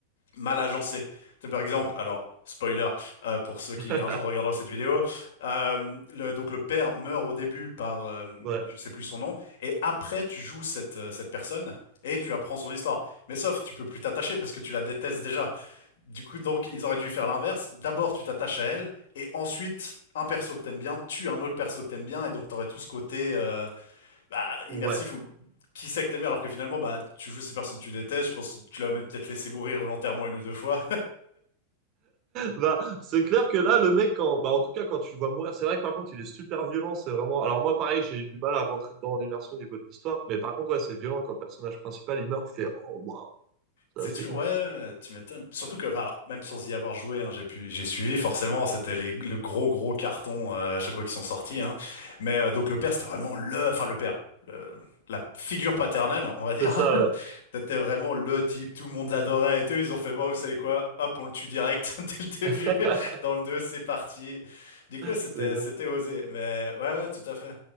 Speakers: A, on the left; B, on the right.
A: mal agencé. C'est par exemple, alors spoiler euh, pour ceux qui
B: <laughs>
A: un jour regarderont cette vidéo, euh, le, donc le père meurt au début par euh,
B: ouais,
A: je sais plus son nom et après tu joues cette euh, cette personne. Et tu apprends son histoire. Mais sauf, tu peux plus t'attacher parce que tu la détestes déjà. Du coup, donc, ils auraient dû faire l'inverse. D'abord, tu t'attaches à elle, et ensuite, un perso que t'aimes bien tue un autre perso que t'aimes bien, et donc t'aurais tout ce côté euh, bah, immersif
B: ouais.
A: où qui sait que t'aimes bien, alors que finalement, bah, tu joues ces personnes que tu détestes. Je pense que tu l'as même peut-être laissé mourir volontairement une ou deux fois.
B: Bah, c'est clair que là, le mec, quand, bah, en tout cas, quand tu le vois mourir, c'est vrai que par contre, il est super violent. C'est vraiment. Alors, moi, pareil, j'ai eu du mal à rentrer dedans en immersion au niveau de l'histoire. Mais par contre, ouais, c'est violent quand le personnage principal il meurt, tu fais Oh waouh, ça
A: C'est
B: c'est
A: toujours,
B: ouf.
A: ouais, ouais, ouais, tu m'étonnes. Surtout que, enfin, alors, même sans y avoir joué, hein, j'ai pu, j'ai suivi, forcément, c'était les, le gros, gros carton euh, à chaque fois qu'ils sont sortis. Hein. Mais euh, donc le père, c'était vraiment le, enfin le père, le- la figure paternelle, on va dire.
B: C'est ça,
A: <laughs>
B: ouais.
A: C'était vraiment le type, tout le monde l'adorait et tout. Ils ont fait, bon, vous savez quoi, hop, on le tue direct <laughs> dès le
B: <laughs>
A: début. Dans le 2, c'est parti. Du coup, ouais, c'était,
B: C'est exact.
A: c'était osé. Mais ouais, ouais, tout à fait.